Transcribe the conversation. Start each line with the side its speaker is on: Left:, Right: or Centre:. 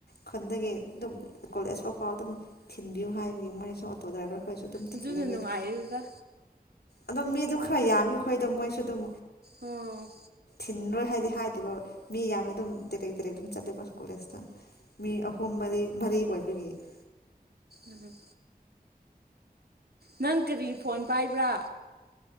Left: ꯈꯨꯟꯗꯒꯤ ꯑꯗꯨꯝ ꯀꯣꯂꯦꯖ ꯐꯥꯎ ꯐꯥꯎ ꯑꯗꯨꯝ ꯊꯤꯟꯕꯤꯌꯨ ꯍꯥꯏꯕꯒꯤ ꯃꯣꯏꯅꯁꯨ ꯑꯣꯇꯣ ꯗ꯭ꯔꯥꯏꯚꯔ ꯑꯩꯈꯣꯏꯁꯨ ꯑꯗꯨꯝ ꯊꯤꯜꯂꯦ
Right: ꯑꯗꯨꯅ
Left: ꯈꯣꯢꯗꯤ
Right: ꯅꯨꯡꯉꯥꯏꯔꯤꯗ
Left: ꯑꯗꯨꯝ ꯃꯤꯗꯨ ꯈꯔ ꯌꯥꯝꯕꯒꯤ ꯑꯩꯈꯣꯏꯗꯣ ꯃꯣꯏꯁꯨ ꯑꯗꯨꯝ
Right: ꯎꯝ
Left: ꯊꯤꯟꯔꯣꯏ ꯍꯥꯏꯗꯤ ꯍꯥꯏꯗꯦꯕ ꯃꯤ ꯌꯥꯝꯃꯦ ꯑꯗꯨꯝ ꯇꯔꯦꯛ ꯇꯦꯛ ꯑꯗꯨꯝ ꯆꯠꯂꯦꯕ ꯀꯣꯂꯦꯁꯇ ꯃꯤ ꯑꯍꯨꯝ ꯃꯔꯤ ꯃꯔꯤ ꯑꯣꯏ <unintelligible>
Right: ꯎꯝ꯫ ꯅꯪ ꯀꯔꯤ ꯐꯣꯟ ꯄꯥꯏꯕ꯭ꯔꯥ꯫